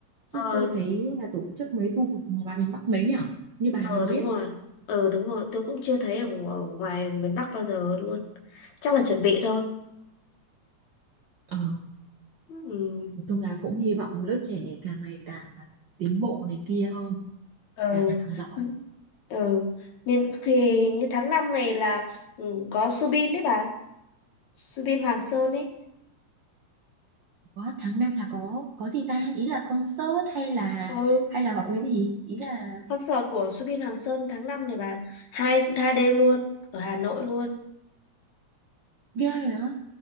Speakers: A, on the right; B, on the left.
A: Chứ
B: ờ
A: chưa thấy là tổ chức mấy khu vực ngoài miền Bắc mấy nhở? Như bà
B: ờ
A: nói
B: đúng
A: á.
B: rồi ờ đúng rồi tôi cũng chưa thấy ở, ngo- ở ngoài miền Bắc bao giờ luôn chắc là chuẩn bị thôi
A: Ờ,
B: ừ.
A: nói chung là cũng hy vọng lớp trẻ càng ngày càng là tiến bộ này kia hơn,
B: ừ
A: càng ngày càng giỏi.
B: ừ miền thì hình như tháng 5 này là ừ, có Subin đấy bà Subin Hoàng Sơn ấy
A: Có tháng 5 là có có gì ta? Ý là concert hay là
B: ừ
A: hay là có
B: ừ
A: cái gì? Ý là
B: concert của Subin Hoàng Sơn tháng 5 này bà hai hai đêm luôn ở Hà Nội luôn
A: ghê rồi á,